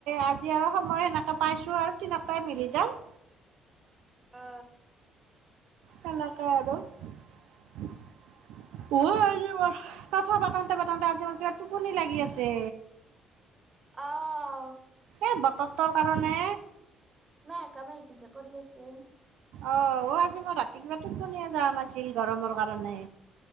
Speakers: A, on the right (about 75°); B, on the right (about 20°).
A: আজি আৰু সময় সেনেকে পাইছোঁ আৰু তিনকটাই মিলি যাম।
B: আ
A: তেলকা আৰু উ আহ যে মাৰ কথা পাতাওঁতে-পাতাওঁতে, আজি, মানে, কিবা টোপনি লাগি আছে।
B: আহ
A: এই বতৰটোৰ কাৰণে
B: <unintelligible> কৰি আছো ছে
A: অ', আজি মোৰ ৰাতিপুৱা টোপনিয়ে যোৱা নাছিল, গৰমৰ কাৰণে